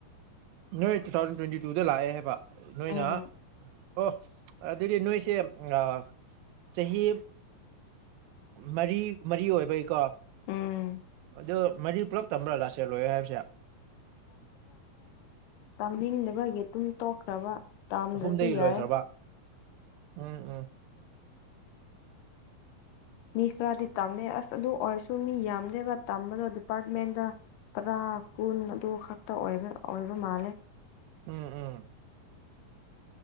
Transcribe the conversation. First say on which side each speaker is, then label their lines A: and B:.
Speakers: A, on the right; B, on the left.
A: ꯅꯣꯏ ꯇꯨ ꯊꯥꯎꯖꯟ ꯇ꯭ꯋꯦꯟꯇꯤ ꯇꯨꯗ ꯂꯥꯛꯑꯦ ꯍꯥꯏꯕ ꯅꯣꯏꯅ
B: ꯎꯝ
A: ꯑꯣ ꯑꯗꯨꯗꯤ ꯅꯣꯏꯁꯦ ꯑ ꯆꯍꯤ ꯃꯔꯤ ꯃꯔꯤ ꯑꯣꯏꯕꯩꯀꯣ
B: ꯎꯝ
A: ꯑꯗꯨ ꯃꯔꯤ ꯄꯨꯂꯞ ꯇꯝꯕ꯭ꯔꯥ ꯂꯥꯛꯁꯦꯂꯣꯏꯦ ꯍꯥꯏꯕꯁꯦ
B: ꯄꯥꯡꯅꯤꯡꯅꯕꯒꯤꯇꯨꯝ ꯇꯣꯛꯈ꯭ꯔꯕ ꯇꯥꯝꯗ꯭ꯔꯁꯨ
A: ꯑꯍꯨꯝꯗꯒꯤ
B: ꯌꯥꯔꯦ
A: ꯂꯣꯏꯈ꯭ꯔꯕ ꯎꯝ ꯎꯝ
B: ꯃꯤ ꯈꯔꯗꯤ ꯇꯝꯃꯦ ꯑꯁ ꯑꯗꯨ ꯑꯣꯏꯔꯁꯨ ꯃꯤ ꯌꯥꯝꯗꯦꯕ ꯇꯝꯕꯗꯣ ꯑꯗꯨ ꯑꯦꯄꯥꯔꯠꯃꯦꯟꯗ ꯇꯔꯥ ꯀꯨꯟ ꯑꯗꯨ ꯈꯛꯇꯕ ꯑꯣꯏꯕ ꯃꯥꯜꯂꯦ
A: ꯎꯝ ꯎꯝ